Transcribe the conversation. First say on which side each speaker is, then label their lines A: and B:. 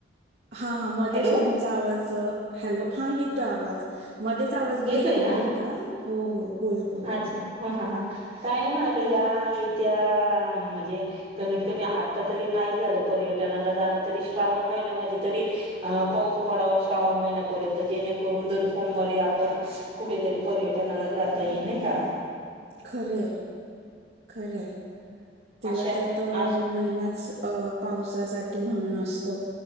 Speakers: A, on the right; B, on the right.
A: हा हा मध्येच
B: हॅलो
A: तुमचा आवाज हॅलो हा येतोय आवाज मध्येच आवाज
B: येतोय
A: ब्रेक
B: ना
A: होत होता हो हो बोला बोला
B: अच्छा ह ह काय नाही म्हणाला या येत्या म्हणजे कमीत कमी आता तरी पर्यटनाला जाण तरी श्रावण महिन्यामध्ये पाऊस पडा श्रावण महि्या जेकरून सोमवारी आपण कुठेतरी पर्यटनाला जाता ये नाही का
A: खरे खरे तेव्हा
B: अशा
A: तर तो
B: अशा
A: महिनाच अ पावसासाठी म्हणून असतो